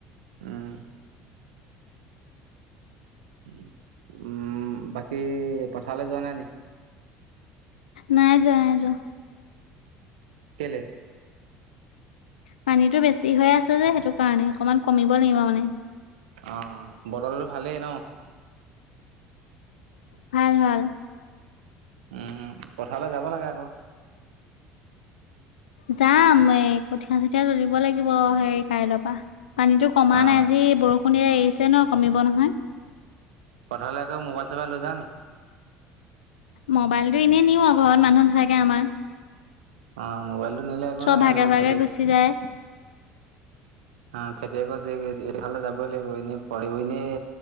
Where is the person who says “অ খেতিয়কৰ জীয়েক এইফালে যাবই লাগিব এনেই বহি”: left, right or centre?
Right